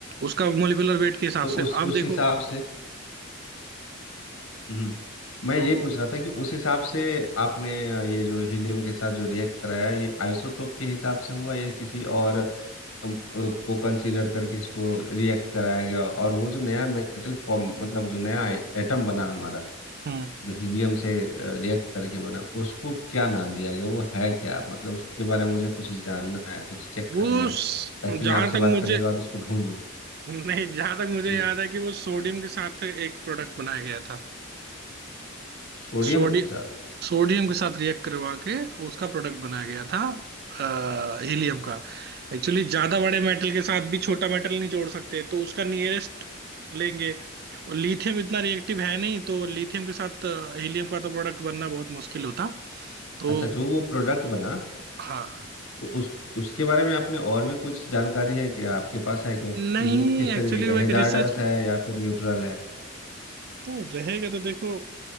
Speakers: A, on the right; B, on the left.
A: उसका मोलिकुलर वेट के हिसाब
B: तो
A: से
B: उस
A: अब
B: उस
A: देखो
B: हिसाब से हम्म मैं
A: तो
B: यही पूछ रहा था कि उस हिसाब से आपने अ, ये जो हीलियम के साथ जो रिएक्ट कराया ये आइसोटोप के हिसाब से हुआ या किसी और अम, अ, को कंसीडर करके इसको रिएक्ट कराया गया और वो जो नया मेटल फॉर्म मतलब जो नया एटम बना हमारा
A: हम्म
B: जो हीलियम से रिएक्ट करके बना उसको क्या नाम दिया गया वो है क्या मतलब उसके बारे में मुझे कुछ जानना है कुछ चेक
A: वो
B: करना है ताकि मैं
A: जहां
B: आपसे
A: तक
B: बात
A: मुझे
B: करने के बाद उसको ढूंढूं
A: नहीं जहां तक मुझे
B: ये
A: याद है कि वो सोडियम के साथ एक प्रोडक्ट बनाया गया था
B: सोडियम
A: सोडी
B: के साथ
A: सोडियम के साथ रिएक्ट करवा के उसका प्रोडक्ट बनाया गया था आ, हीलियम का एक्चुअली ज्यादा बड़े मेटल के साथ भी छोटा मेटल नहीं जोड़ सकते तो उसका नियरेस्ट लेंगे और लिथियम इतना रिएक्टिव है नहीं तो लिथियम के साथ हीलियम का तो प्रोडक्ट बनना बहुत मुश्किल होता तो
B: अच्छा जो वो प्रोडक्ट बना
A: हाँ
B: तो उस उसके बारे में आपने और भी कुछ जानकारी है क्या आपके पास है क्या
A: नहीं
B: कि वो किस
A: एक्चुअली
B: तरीके का
A: वो
B: हैजार्डस
A: एक रिसर्च
B: है या फिर न्यूट्रल है
A: नहीं रहेगा तो देखो